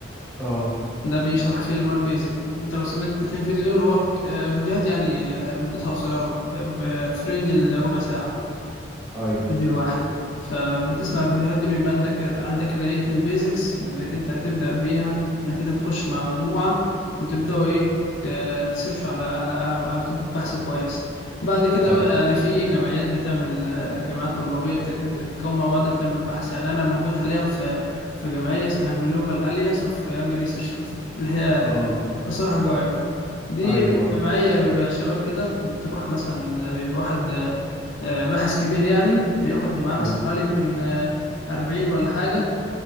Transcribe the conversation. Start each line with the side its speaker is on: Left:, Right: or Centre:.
Centre: اه
Left: ده بيشرح فيه اللي هو البيزك انت لو سمعت ال 30 فيديو دول هو آه، فيديوهات يعني آه، مدتها قصيرة آه، ب- في رينج الربع ساعة
Centre: ايوه
Left: فيديو الواحد فبتسمع الفيديوهات دي بيبقى عندك كده- عندك كده ايه البيزكس اللي انت هتبدأ بيها انك انت تخش مع مجموعة وتبدأوا ايه ت- تسيرشوا على على على, على توبيك بحث كويس بعد كده
Centre: ايوه
Left: بقى يعني في جمعيات بتعمل آه، جمعيات طلابية بت- بتتكون مع بعض بتعمل بحث يعني انا موجود حاليا في في جمعية اسمها Global Alliance of Young Researchers اللي هي
Centre: اه
Left: اختصارها جاير دي
Centre: ايوه ايوه
Left: جمعية بيبقى شباب كده بتروح مثلا بيبقى واحد آه، باحث كبير يعني بياخد معاه
Centre: اه
Left: مثلا حوالي يمكن آه، أربعين ولا حاجة